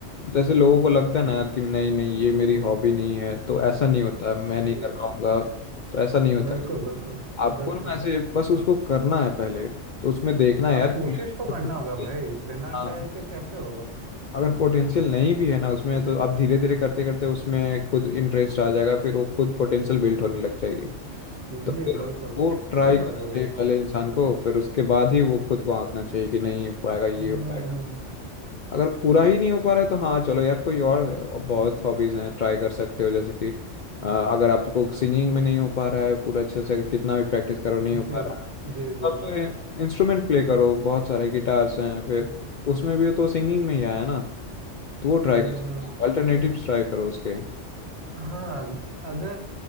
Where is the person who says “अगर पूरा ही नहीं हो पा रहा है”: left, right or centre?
Left